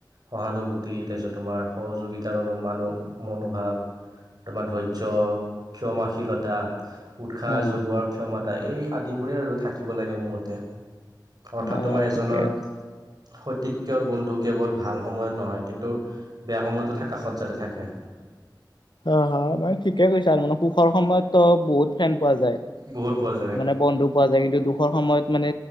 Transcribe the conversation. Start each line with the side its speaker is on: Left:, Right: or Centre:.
Right: সহানুভূতি তাৰপিছত তোমাৰ সহযোগিতাৰ অনু মানু - মনোভাৱ তোমাৰ ধৈৰ্য, ক্ষমাশীলতা, উৎসাহ
Left: অ'
Right: যোগোৱাৰ ক্ষমতা, এই আদি ইবোৰে আৰু থাকিব লাগে মোৰ মতে অৰ্থাৎ
Left: অ'
Right: তোমাৰ এজনৰ
Left: ঠিকে।
Right: সত্যিকৰ বন্ধু কেৱল ভাল সময়ত নহয় কিন্তু বেয়া সময়তো কাষত যাতে থাকে।
Left: অহ, হয় মানে ঠিকে কৈছা আৰু মানে সুখৰ সময়ত তো বহুত ফেন পোৱা যায়
Right: বহুত পোৱা যায়
Left: মানে বন্ধু পোৱা যায় কিন্তু দুখৰ সময়ত মানে